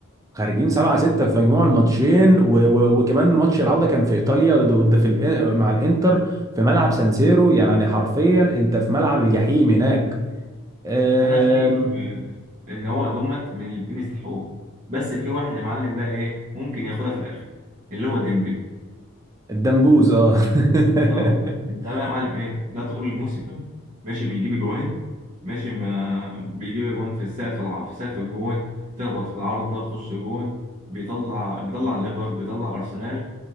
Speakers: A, on the right; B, on the right.
A: خارجين 7 6 في مجموع الماتشين و... و... وكمان ماتش العوده كان في ايطاليا ضد في الإن... مع الانتر في ملعب سانسيرو يعني حرفيا انت في ملعب الجحيم هناك آم...
B: فأنا شايف آه، إن هو دومت من الاتنين يستحقوها بس في واحد يا معلم بقى إيه ممكن ياخدها في الآخر اللي هو ديمبلي
A: الدمبوز اه <laughs>
B: أه ده بقى يا معلم إيه ده طول الموسم ماشي بيجيب أجوان ماشي ما بيجيب أجوان في السقف الع... في سقف الجون تخبط في العارضة تخش جون بيطلع بيطلع ليفر بيطلع أرسنال